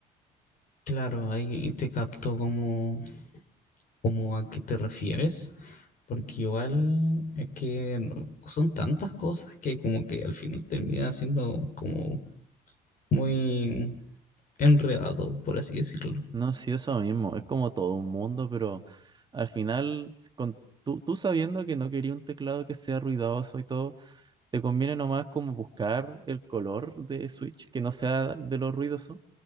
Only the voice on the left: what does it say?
Claro, ahí te capto como, como a qué te refieres. Porque igual es que no- son tantas cosas que como que al final termina siendo como muy enredado, por así decirlo.